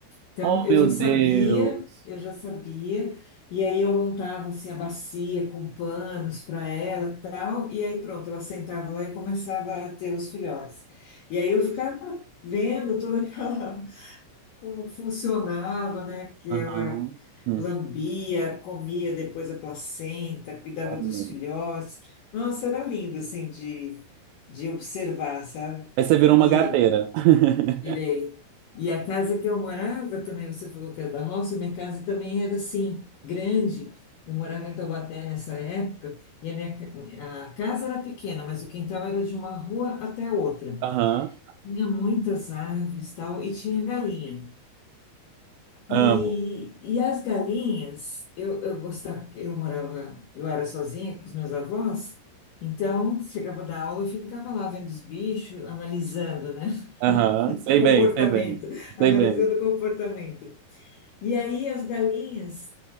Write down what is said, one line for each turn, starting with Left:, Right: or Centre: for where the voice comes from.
Left: Então,
Right: Oh,
Left: eu
Right: meu
Left: já
Right: Deus.
Left: sabia, eu já sabia, e aí eu montava assim a bacia com panos para ela e tal, e aí pronto, ela sentava lá e começava a ter os filhotes. E aí eu ficava vendo toda aquela <laughs> como funcionava, né? Que
Right: Aham.
Left: ela
Right: Hum.
Left: lambia, comia depois a placenta, cuidava
Right: Oh,
Left: dos
Right: meu.
Left: filhotes. Nossa, era lindo assim de, de observar, sabe?
Right: Aí você virou uma
Left: E
Right: gateira. <laughs>
Left: Irei. E a casa que eu morava também, você falou que era da roça, minha casa também era assim, grande. Eu morava em Taubaté nessa época, e a minha ca- a casa era pequena, mas o quintal era de uma rua até a outra.
Right: Aham.
Left: Tinha muitas árvores, tal, e tinha galinha. E,
Right: Amo.
Left: e as galinhas, eu, eu gostava, eu morava, eu era sozinha com os meus avós, então chegava da aula, eu ficava lá vendo os bichos, analisando, né?
Right: Aham. Sei
Left: comportamento,
Right: bem, sei bem.
Left: analisando
Right: Sei bem.
Left: o comportamento. E aí as galinhas